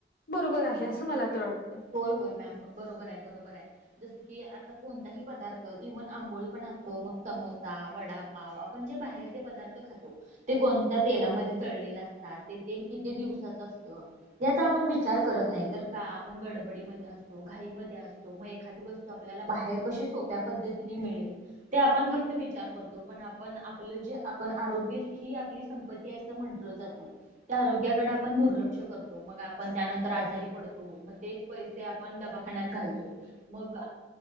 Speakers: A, on the left; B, on the right.
A: बरोबर आहे असं मला तर वाटतं.
B: होय होय मॅम बरोबर आहे बरोबर आहे जसं की आता कोणताही पदार्थ इव्हन आंबोळी पण असो मग समोसा, वडा पाव आपण जे बाहेरचे पदार्थ खातो ते कोणत्या तेलामध्ये तळलेले असतात ते तेल किती दिवसाच असतं याचा आपण विचार करत नाही तर का आपण गडबडीमध्ये असतो घाईमध्येध्ये अस तो मग एखादी वस्तू आपल्याला बाहेर कशी सोप्या पद्धतीने मिळेल ते आपण फक्त विचार करतो पण आपण आपलं जे आपण आरोग्य ही आपली संपत्ती आहे अस म्हटलं जातं त्या आरोग्याकडं आपण दुर्लक्ष करतो मग आपण त्यानंतर आजारी पडतो, मग तेच पैसे आपण दवाखान्यात घालतो. मग